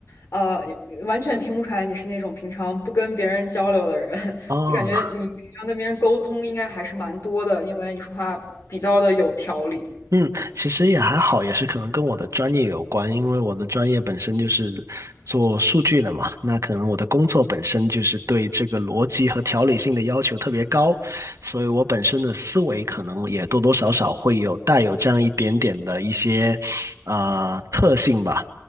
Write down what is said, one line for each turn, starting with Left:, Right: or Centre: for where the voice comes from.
Left: 呃，有完全听不出来你是那种平常不跟别人交流的人。<laughs>
Right: 哦。
Left: 就感觉你平常跟别人沟通应该还是蛮多的，因为你说话比较的有条理。
Right: 嗯，其实也还好，也是可能跟我的专业有关，因为我的专业本身就是做数据的嘛，那可能我的工作本身就是对这个逻辑和条理性的要求特别高，所以我本身的思维可能也多多少少会有带有这样一点点的一些啊、呃特性吧，